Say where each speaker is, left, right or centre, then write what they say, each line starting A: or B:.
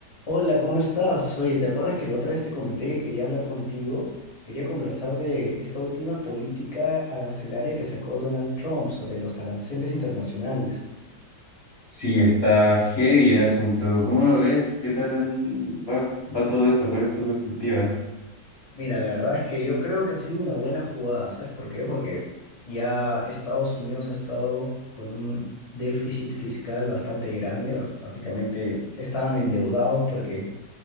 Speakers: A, on the left; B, on the left.
A: Hola, ¿cómo estás? Oye, ¿te acuerdas que la otra vez te comenté que quería hablar contigo? Quería conversar de esta última política arancelaria que sacó Donald Trump sobre los aranceles internacionales.
B: Sí, está heavy el asunto. ¿Cómo lo ves? ¿Qué tal va, va todo eso? ¿Cuál es tu perspectiva?
A: Mira, la verdad es que yo creo que ha sido una buena jugada, ¿sabes por qué? Porque ya Estados Unidos ha estado con un déficit fiscal bastante grande, bas- básicamente estaban endeudados porque